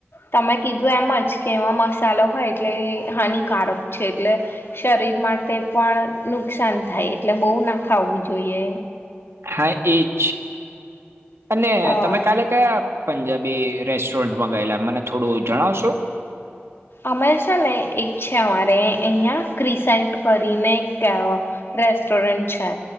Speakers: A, on the left; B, on the right.
A: તમે કીધું એમ જ કે એમાં મસાલો હોય એટલે એ હાનિકારક છે એટલે, શરીર માટે પણ નુકસાન થાય એટલે બહુ ના ખાવું જોઈએ.
B: હા એજ, અને
A: હા
B: તમે કાલે કયા પંજાબી રેસ્ટોરન્ટમાં ગયેલા મને થોડું જણાવશો?
A: અમે છે ને એક છે મારે અહીંયા ક્રિસેન્ટ કરીને <unintelligible> રેસ્ટોરંન્ટ છે.